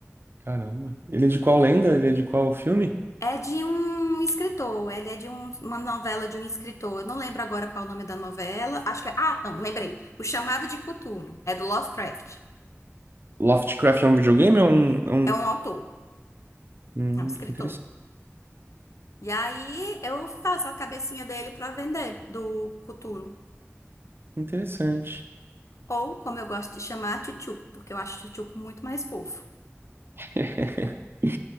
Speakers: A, on the right (about 50°); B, on the left (about 80°).
A: Caramba. Ele é de qual lenda? Ele é de qual filme?
B: É de um escritor, ele é de um- uma novela de um escritor. Eu não lembro agora qual é o nome da novela. Acho que é. Ah, não, lembrei. O Chamado de Cutulo É do Lovecraft.
A: Lovecraft é um videogame? É um, é um...
B: É um autor,
A: Hum,
B: é um escritor.
A: que interess-
B: E aí eu faço a cabecinha dele pra vender do Cutulo
A: interessante.
B: Ou, como eu gosto de chamar, Tchutchuco, porque eu acho Tchutchuco muito mais fofo.
A: <laughs>